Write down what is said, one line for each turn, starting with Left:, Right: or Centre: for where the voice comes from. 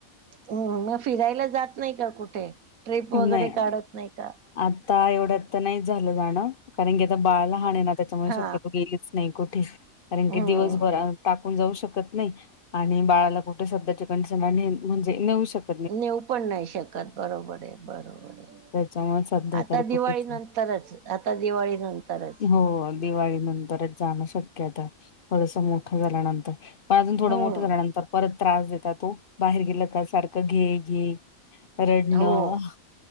Right: हम्मं मगं फिरायला जात नाहीं कां कुठे ट्रिप वगैरे
Left: नाही
Right: काढत नाहीं कां.
Left: आता एवढ्यात तरं नाहींच झालं जाणं कारणं की आता बाळं लहान हाय ना त्याच्यामुळे
Right: हा
Left: शक्यतो गेलीच. नाहीं कुठेच कारणं
Right: हम्म
Left: की दिवसभरा टाकं. जाऊं शकतं नाहीं आणि बाळाला कुठेच स्वतः कुठेच कंसाने म्हणजे नेऊ शकतं.
Right: नेऊ पणं नाहीं शकतं बरोबर आहे बरोबर आहे.
Left: त्याच्यामुळे सध्या
Right: आता
Left: तर कुठेच
Right: दिवाळी
Left: नाही.
Right: नंतरच आता दिवाळी नंतरच.
Left: हो दिवाळी नंतरच जाणं शक्यता थोडंसं मोठं झाल्यानंतर. पणं अजूंन थोडं
Right: हम्म
Left: मोठं झाल्यानंतर परतं त्रास देतात तो बाहेर गेला कां सारखं घे घे. रडणं..
Right: हो